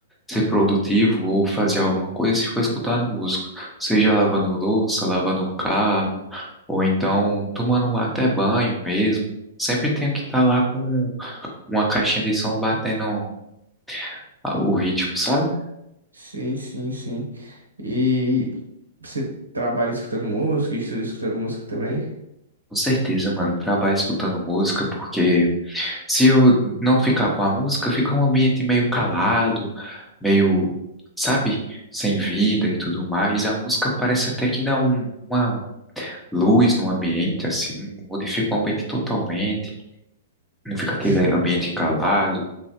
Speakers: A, in the centre; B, on the right.
A: ser produtivo ou fazer alguma coisa se for escutando música. Seja lavando louça, lavando o carro, ou então tomando até banho mesmo. Sempre tenho que estar lá com uma caixinha de som batendo a- o ritmo, sabe?
B: Sim, sim, sim. E você trabalha escutando música, estuda escutando música também?
A: Com certeza, mano. Trabalho escutando música porque. Se eu não ficar com a música, fica um ambiente meio calado, meio, sabe, sem vida e tudo mais. A música parece até que dá um- uma luz no ambiente, assim, modifica o ambiente totalmente. Não fica aquele
B: Sim.
A: ambiente calado